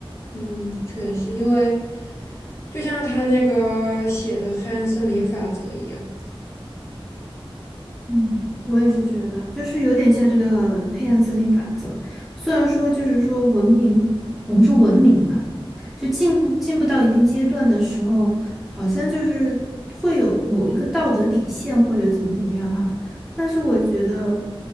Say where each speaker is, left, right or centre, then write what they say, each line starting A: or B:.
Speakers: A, on the left (about 25°); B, in the centre.
A: 嗯，确实，因为就像他那个写的《黑暗森林法则》一样。
B: 嗯，我也是觉得，就是有点像这个黑暗森林法则。虽然说，就是说文明，我们说文明嘛，就进步进步到一定阶段的时候，好像就是会有某一个道德底线或者怎么怎么样哈。但是我觉得，